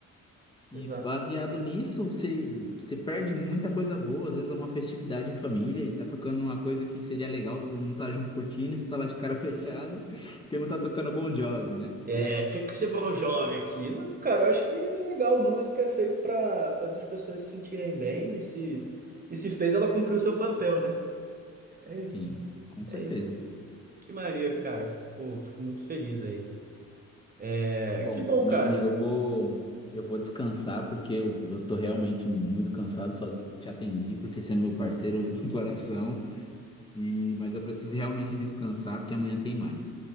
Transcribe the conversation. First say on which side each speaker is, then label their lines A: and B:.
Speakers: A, on the left (about 15°); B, on the right (about 30°).
A: E
B: exato.
A: baseado nisso, você, você perde muita coisa boa. Às vezes é uma festividade em família e tá tocando uma coisa que seria legal, todo mundo tá junto curtindo, e você tá lá de cara <laughs> fechada, porque não tá tocando Bon Jovi, né?
B: É, tinha que ser bom jovem aqui. Não, cara, eu acho que é legal. Música é feito pra fazer as pessoas se sentirem bem e se, e se fez, ela cumpriu o seu papel, né? É
A: Sim,
B: isso,
A: com certeza.
B: é isso. Que maneiro, cara. Fico, fico muito feliz aí. É,
A: Bom,
B: que bom,
A: meu
B: cara.
A: amigo, eu vou eu vou descansar porque eu, eu tô realmente muito cansado, só te atendi porque você é meu parceiro do <laughs> coração e mas eu preciso realmente descansar porque amanhã tem mais.